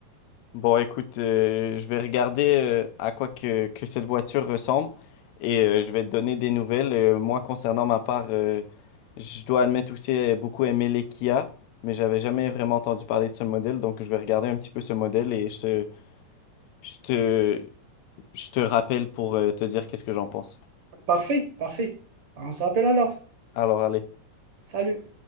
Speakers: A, on the left (about 80°); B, on the right (about 55°).
A: Bon, écoute, euh, je vais regarder euh, à quoi que, que cette voiture ressemble et euh, je vais te donner des nouvelles. Euh, moi, concernant ma part, euh, je dois admettre aussi euh, beaucoup aimer les Kia, mais j'avais jamais vraiment entendu parler de ce modèle, donc je vais regarder un petit peu ce modèle et je te, je te, je te rappelle pour euh, te dire qu'est-ce que j'en pense.
B: Parfait, parfait. On se rappelle alors.
A: Alors, allez.
B: Salut.